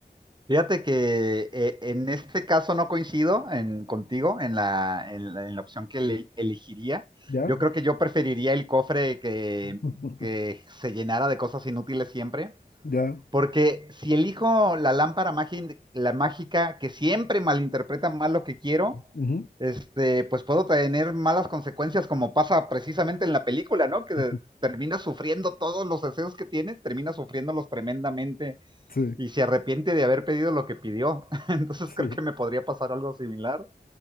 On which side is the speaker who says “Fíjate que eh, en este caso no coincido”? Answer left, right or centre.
Right